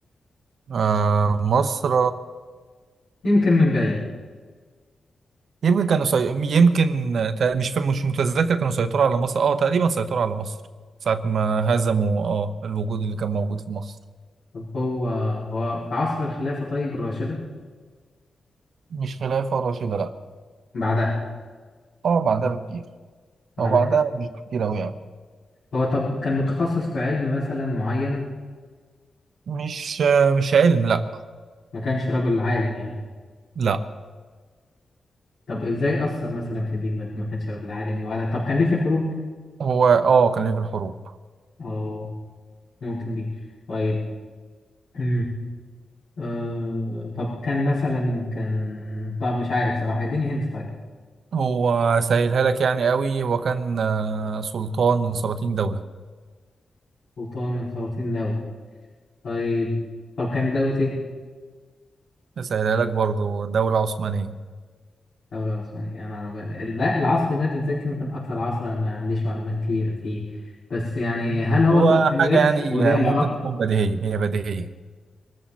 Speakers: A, on the right; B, on the left.
A: <laughs> آه مصر
B: يمكن من بعيد
A: يمكن كانوا سي... يمكن تا- مش فاهم مش متذكر كانوا سيطروا على مصر اه تقريبا سيطروا على مصر ساعة ما هزموا اه الوجود اللي كان موجود في مصر
B: طب هو هو في عصر الخلافة طيب الراشدة
A: مش خلافة راشدة لا
B: بعدها
A: اه بعدها بكتير
B: بعدها
A: او بعدها مش كتير اوي يعني
B: هو طب كان متخصص في علم مثلا معين
A: مش مش علم لا
B: ما كانش رجل عالم يعني
A: لا
B: طب ازاي أثر مثلا في الدين بدل ما كانش رجل عالم ولا طب كان ليه في الحروب
A: هو اه كان ليه في الحروب
B: اه ممكن دي طيب <clears throat> أمم، آه طب كان مثلا كان طب مش عارف صراحة اديني هنت طيب
A: هو سهلها لك يعني قوي هو كان آه، سلطان من سلاطين دولة
B: سلطان من 30 دولة طيب طب كانت دولة إيه؟
A: سهلها لك برضو دولة عثمانية
B: دولة عثمانية أنا أعرف لا العصر ده بالذات يمكن أكتر عصر أنا ما عنديش معلومات كبيرة فيه بس يعني هل
A: بس
B: هو
A: هو
B: طيب كان
A: حاجة
B: والد
A: يعني
B: أولياء
A: ممكن
B: العراق
A: تكون بديهية هي بديهية